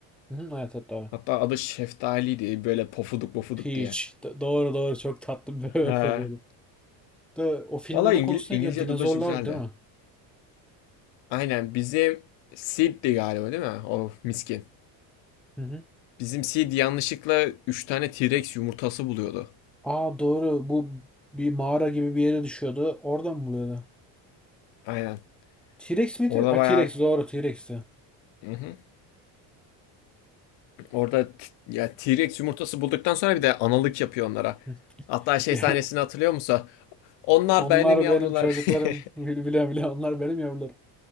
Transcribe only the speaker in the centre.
Hı hı, evet evet doğru.
Peach.
Do- doğru doğru çok tatlı bir <laughs> bebek
oluyordu. Da, o filmin
ana
konusu
neydi? ya? Dinozorlar
değil mi?
Hı hı.
Aa doğru bu bir mağara gibi bir yere düşüyordu. Oradan mı buluyordu?
T-Rex miydi?
Ha
T-Rex doğru T-Rex'ti.
<laughs>
Ya,
onlar
benim çocuklarım.
Bile bile onlar benim yavrularım.